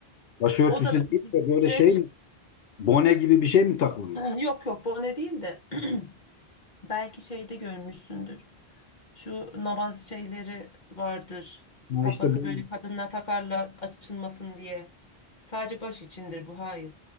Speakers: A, on the left (about 70°); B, on the left (about 45°).
A: Başörtüsü
B: O da böyle
A: değil de
B: bir streç
A: böyle şey mi? Bone gibi bir şey mi takılıyor?
B: <clears throat> yok yok bone değil de <clears throat> Belki şeyde görmüşsündür. Şu namaz şeyleri vardır.
A: Ha
B: Kafası
A: işte bu-
B: böyle kadınla takarlar açılmasın diye. Sadece baş içindir bu hayır.